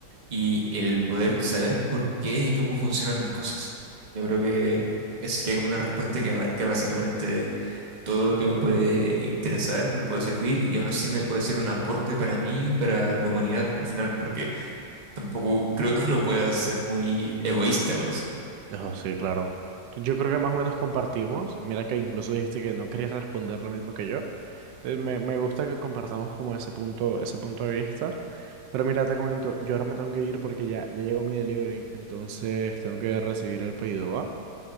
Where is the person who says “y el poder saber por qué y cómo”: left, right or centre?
Right